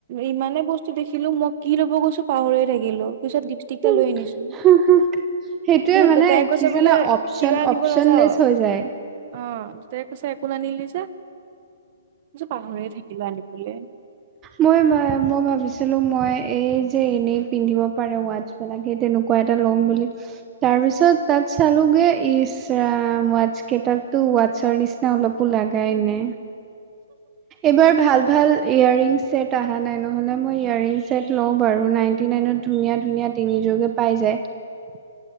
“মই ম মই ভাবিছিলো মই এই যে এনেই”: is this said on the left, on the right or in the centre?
Right